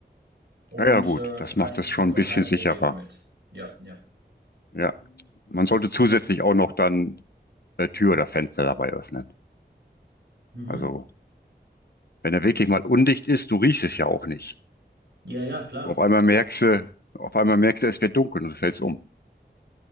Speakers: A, on the right (about 80°); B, on the left (about 60°).
A: Und
B: Naja, gut,
A: äh,
B: das
A: hatte
B: macht
A: ich
B: das
A: bis
B: schon
A: jetzt
B: ein
A: noch
B: bisschen
A: keine
B: sicherer.
A: Probleme mit. Ja, ja.
B: Ja, man sollte zusätzlich auch noch dann äh, Tür oder Fenster dabei öffnen.
A: Mhm.
B: Also, wenn er wirklich mal undicht ist, du riechst es ja auch nicht.
A: Ja, ja, klar.
B: Auf einmal merkst du, auf einmal merkst du, es wird dunkel und du fällst um.